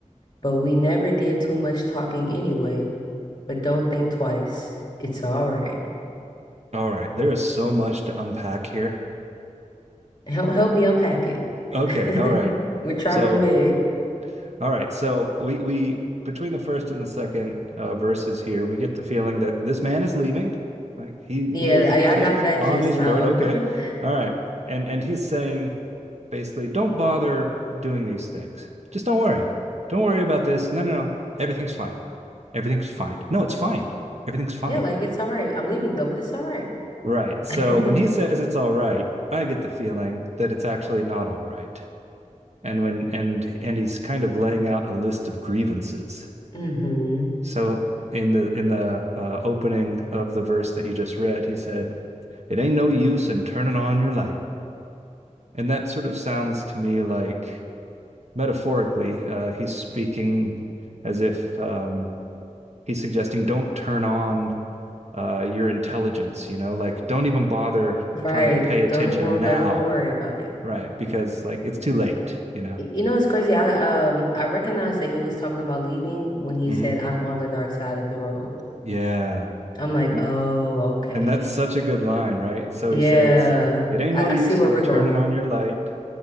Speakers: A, on the left; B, on the right.
A: But we never did too much talking anyway, but don't think twice. It's all right.
B: All right. There is so much to unpack here.
A: Help help me unpack it. <laughs>
B: Okay. All right.
A: We're traveling
B: So,
A: big. <laughs>
B: all right. So we we between the first and the second uh, verses here, we get the feeling that this man is leaving. Like he
A: Yeah,
B: he is
A: I, I
B: he
A: got
B: is
A: that
B: on
A: just
B: his
A: now.
B: road. Okay.
A: <laughs>
B: All right. And and he's saying basically don't bother doing these things. Just don't worry. Don't worry about this. No, no, no. Everything's fine. Everything's fine. No, it's fine. Everything's fine.
A: Yeah, like it's all right. I'm leaving though, but it's all right.
B: Right. So
A: <laughs>
B: when he says it's all right, I get the feeling that it's actually not all right. And when and and he's kind of laying out a list of grievances.
A: Mm-hmm.
B: So in the in the uh, opening of the verse that you just read, he said, "It ain't no use in turning on your light." And that sort of sounds to me like metaphorically. Uh, he's speaking as if um, he's suggesting don't turn on uh, your intelligence, you know, like don't even bother
A: Right.
B: trying to pay attention
A: Don't even
B: now,
A: don't even worry about it.
B: right? Because like it's too late, you know.
A: Y- You know, it's crazy. I um I recognized that he was talking about leaving when he
B: Mm-hmm.
A: said, "I'm on the dark side of the road."
B: Yeah.
A: I'm like,
B: And
A: oh, okay.
B: and that's such a good line, right? So
A: Yeah,
B: he says, "It ain't
A: I,
B: no use
A: I see where
B: in
A: we're
B: turning
A: going.
B: on your light."